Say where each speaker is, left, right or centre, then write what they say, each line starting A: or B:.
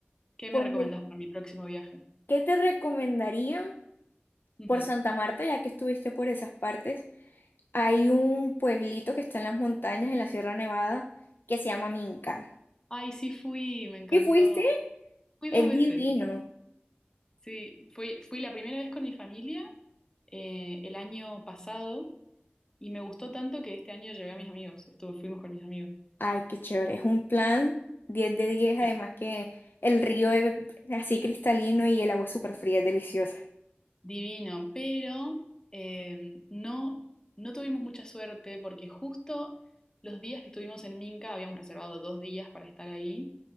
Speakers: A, on the left; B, on the left.
A: ¿Qué
B: Pues,
A: me recomendás para mi próximo viaje?
B: ¿qué te recomendaría?
A: Ujú.
B: Por Santa Marta, ya que estuviste por esas partes, hay un pueblito que está en las montañas, en la Sierra Nevada, que se llama Minca.
A: Ay, sí fui, me encantó.
B: ¿Y fuiste?
A: Fui
B: Es
A: dos veces.
B: divino.
A: Sí, fui, fui la primera vez con mi familia eh, el año pasado y me gustó tanto que este año llevé a mis amigos, estuve, fuimos con mis amigos.
B: Ay, qué chévere. Es un plan diez de diez,
A: Sí.
B: además que el río es así cristalino y el agua es súper fría, es deliciosa.
A: Divino, pero eh, no, no tuvimos mucha suerte porque justo los días que estuvimos en Minca, habíamos reservado dos días para estar ahí,